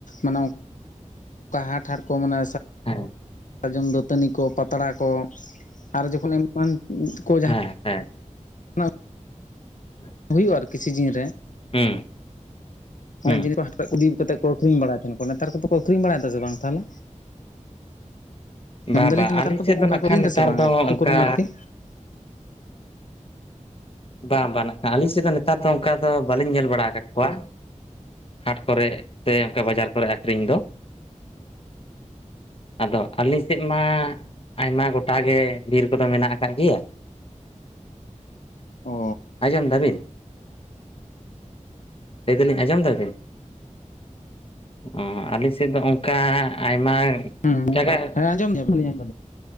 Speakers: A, on the left (about 80°); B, on the left (about 45°).
A: ᱢᱟᱱᱮ ᱚᱠᱟ ᱦᱟᱴ ᱦᱟᱴ ᱠᱚ ᱢᱟᱱᱮ
B: ᱦᱮᱸ
A: ᱥᱟᱨᱡᱚᱢ ᱫᱟᱹᱛᱟᱹᱱᱤ ᱠᱚ ᱯᱟᱛᱲᱟ ᱠᱚ ᱟᱨ ᱡᱚᱠᱷᱚᱱ ᱮᱢᱟᱱ ᱠᱚ
B: ᱦᱮᱸ <unintelligible>
A: ᱦ <unintelligible>
B: ᱦᱮ <unintelligible>
A: ᱦᱩᱭᱩᱜ-ᱟ ᱟᱨ ᱠᱤᱪᱷᱩ ᱫᱤᱱ ᱨᱮ
B: ᱦᱩᱸ ᱦᱩᱸ
A: ᱡᱤᱱᱤᱥ ᱠᱚ ᱦᱟᱴ ᱤᱫᱤ ᱠᱟᱛᱮᱫ ᱠᱚ ᱟᱹᱷᱨᱤᱧ ᱵᱟᱲᱟᱭ ᱛᱟᱦᱮᱱ ᱠᱚ ᱱᱮᱛᱟᱨ ᱠᱚᱫᱚᱠᱚ ᱟᱹᱠᱷᱨᱤᱧ ᱵᱟᱲᱟᱭᱮᱫᱟ ᱥᱮ ᱵᱟᱝ ᱛᱟᱦᱚᱞᱮ
B: ᱵᱟ
A: ᱢᱮᱱᱫᱟᱞᱤᱧ
B: ᱵᱟ
A: ᱱᱮᱛᱟᱨ
B: ᱟᱞᱮ
A: ᱠᱚᱫᱚ
B: ᱥᱮᱫ
A: ᱚᱱᱠᱟ
B: ᱫᱚ ᱱᱟᱜ
A: ᱠᱚ
B: ᱠᱷᱟᱱ
A: ᱟᱹᱠᱷᱨᱤᱧ
B: ᱱᱮᱛᱟᱨ
A: ᱮᱫᱟ ᱥᱮ ᱵᱟᱝ
B: ᱫᱚ
A: ᱟᱹᱛᱩ
B: ᱚᱱᱠᱟ
A: ᱠᱚᱨᱮᱱ ᱟᱨᱠᱤ
B: ᱵᱟᱝ ᱵᱟᱝ ᱟᱹᱞᱤᱧ ᱥᱮᱫ ᱫᱚ ᱱᱮᱛᱟᱨ ᱫᱚ ᱚᱱᱠᱟ ᱫᱚ ᱵᱟᱹᱞᱤᱧ ᱧᱮᱞ ᱵᱟᱲᱟ ᱟᱠᱟᱫ ᱠᱚᱣᱟ ᱦᱟᱴ ᱠᱚᱨᱮ ᱥᱮ ᱚᱱᱠᱟ ᱵᱟᱡᱟᱨ ᱠᱚᱨᱮ ᱟᱠᱷᱨᱤᱧ ᱫᱚ ᱟᱫᱚ ᱟᱹᱞᱤ ᱥᱮᱫ ᱢᱟ ᱟᱭᱢᱟ ᱜᱚᱴᱟᱜ ᱜᱮ ᱵᱤᱨ ᱠᱚᱫᱚ ᱢᱮᱱᱟᱜ ᱟᱠᱟᱫ ᱜᱮᱭᱟ
A: ᱚ
B: ᱟᱸᱡᱚᱢ ᱮᱫᱟᱵᱤᱱ ᱞᱟᱹᱭ ᱫᱟᱞᱤᱧ ᱟᱸᱡᱚᱢ ᱮᱫᱟᱵᱤᱱ ᱦᱩᱸ ᱟᱞᱤᱧ ᱥᱮᱫ ᱫᱚ ᱚᱱᱠᱟ ᱟᱭᱢᱟ
A: ᱦᱩᱸ
B: ᱮᱴᱟᱜᱟᱜ
A: ᱦᱮᱸ ᱟᱸᱡᱚᱢ ᱧᱟᱢ ᱫᱟᱞᱤᱧ